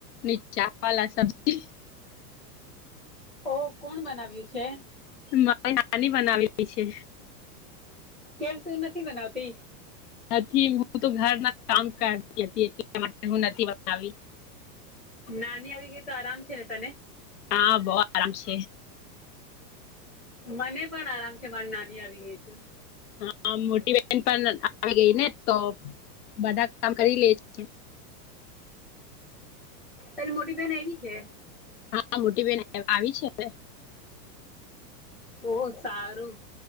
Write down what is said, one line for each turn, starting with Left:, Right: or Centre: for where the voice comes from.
Left: ની ચવાળ સબજી
Centre: ઓ કોણ બનાવ્યું છે?
Left: મારી નાની બનાવેલી છે.
Centre: કેમ તું નથી બનાવતી
Left: નથી હું તો ઘરના કામ કરતી હતી એટ માટે હું નથી બનવી
Centre: નાની આવી ગઈ તો આરામ છે ને તને
Left: હા બહ આરામ છે
Centre: મને પણ આરામ છે મારી નાની આવી ગઈ છે
Left: હા મોટી બહેન પણ આવી ગઈ ને તો બધા કામ કરી લે છે
Centre: તારી મોટી બહેન એવી છે
Left: હા મોટી બેહેન આવી છે હવે
Centre: ઓહ સારું